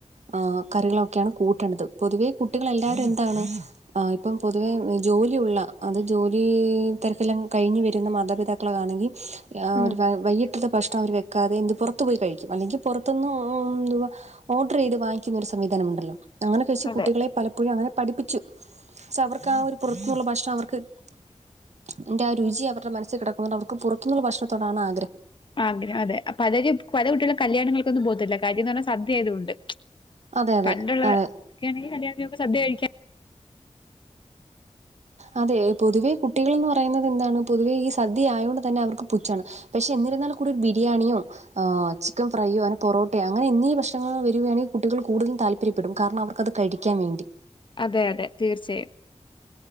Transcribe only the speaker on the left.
ഉം
അതെ
ആഗ്രഹംഅതെ അപ്പലര് പലകുട്ടിക കല്യാണങ്ങൾക്കൊന്നുംപോവ്ത്തില്ല കാര്യംന്ന്പറഞ്ഞസദ്യായതുകൊണ്ട്
പണ്ടുള്ള
പണ്ടൊക്കെണങ്കി കല്യാണത്തിനോക്കേസദ്യകഴിക്കൻ
അതെ അതെ തീർച്ചയായും